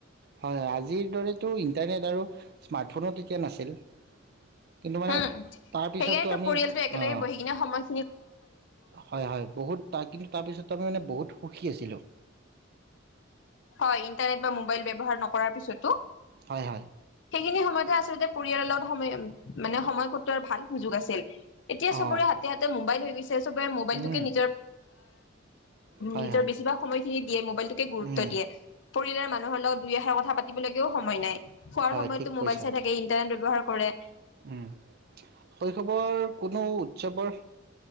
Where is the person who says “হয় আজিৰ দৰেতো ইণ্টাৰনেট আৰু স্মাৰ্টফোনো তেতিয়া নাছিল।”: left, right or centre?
Right